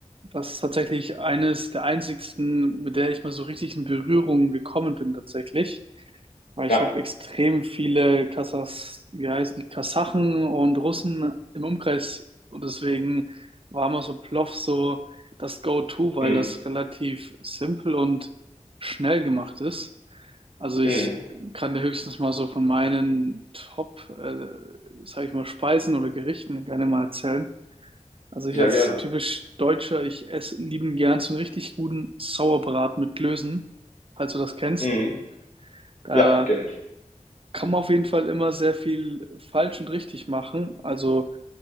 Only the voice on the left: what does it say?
Ja.
Mhm.
Mhm.
Ja,
gerne.
Mhm.
Ja, kenne ich.